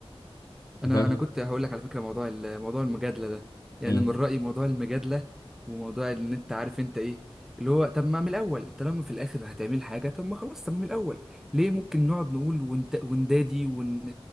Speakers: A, in the centre; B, on the left (about 40°).
A: انا
B: انت فاهم
A: انا كنت هقول لك على فكره موضوع ال- موضوع المجادله ده يعني
B: امم
A: من رايي موضوع المجادله وموضوع ان انت عارف انت ايه اللي هو طب ما من الاول طالما في الاخر هتعمل حاجه طب ما خلاص طب ما من الاول ليه ممكن نقعد نقول ونت... وندادي ون...